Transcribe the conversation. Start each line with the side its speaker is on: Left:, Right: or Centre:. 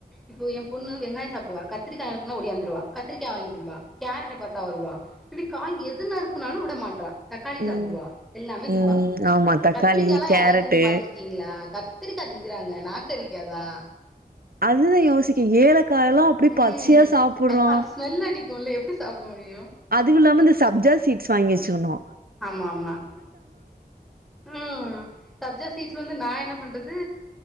Centre: இப்போ என் பொண்ணு வெங்காயொ சாப்புடுவா கத்திரிக்கா நறுக்குனா ஓடியாந்துருவா கத்திரிக்கா வாங்கி திண்பா கேரட்ட பாத்தா வருவா இப்டி கா எது நறுக்குனாலும் விட மாட்றா தக்காளி சாப்புடுவா
Right: ம்
Centre: எல்லாமே திம்பா
Right: ம் ஆமா தக்காளி
Centre: கத்திரிக்கா எல்லாம்
Right: கேரட்டு
Centre: யாராவ்து தின்னு பாத்திருக் கீங்களா கத்திரிக்கா திங்கறாங்க நாக்கு அரிக்காதா
Right: அதுதான் யோசிக்க ஏலக்காயல்லா அப்டி
Centre: உம்
Right: பச்சையா சாப்புட்றா
Centre: தக்கா அது ஸ்மெல் அடிக்கும்ல்ல எப்டி சாப்ட முடியும்
Right: அதுவு இல்லாம இந்த சப்ஜா சீ்ட்ஸ் வாங்கி வச்சுக்கனு
Centre: ஆமா ஆமா ம் சப்ஜா ஸீட்ஸ் வந்து நா என்ன பண்றது